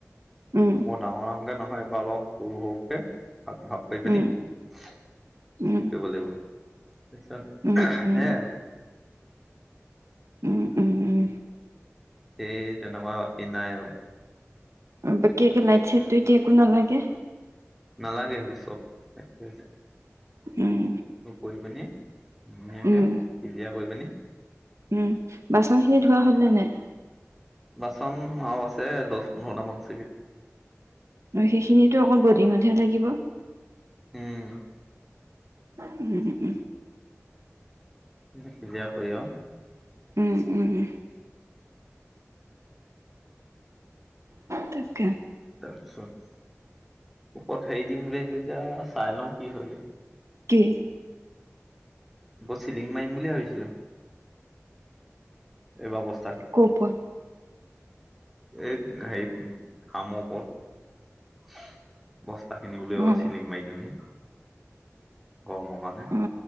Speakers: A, on the right (about 70°); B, in the centre.
A: উম,
B: মই ডাঙৰ ডাঙকে নহ হয় বা অলপ সৰু সৰুকে ভাগ ভাগ কৰি পিনে
A: উম,
B: কৰিব
A: উম।
B: লাগিব তাৰিছত
A: উম, উম,
B: সে আৰু
A: উম উম উম
B: সেই তেনকা বাকি নাই
A: বাকি কে লাইট চাইট ত এতিয়া একো নালাগে
B: নালাগে সেইবোৰ চব
A: উম,
B: কৈ পিনি ধুনীয়াকে
A: উম,
B: ক্লিয়াৰ কৰি পিনে
A: উম বাচনখিনি ধোৱা হ'লনে নাই
B: বাচন মাও আছে দহ পোন্ধৰটা মানত কিহে
A: সেইখিনিটো অকল বডিঙতহে লাগিব
B: উম
A: উম উ
B: নি নিজে কৰলা
A: উম উম উম তাতে
B: তাৰপিছত ওপৰত হেৰি দিম বুলি আহিলে এতিয়া চাই লওঁ কি হৈ গল
A: তাকে
B: উপৰত চিলিং মাৰিম বুলি ভাবিছিলো এইবাৰ বস
A: কাউপন
B: এ হেৰিত ফামৰপৰত বস্তাখিনি উলিয়াবা
A: অ
B: চিলিং মাৰি দিওঁ নি গৰমৰ কাৰণে
A: অ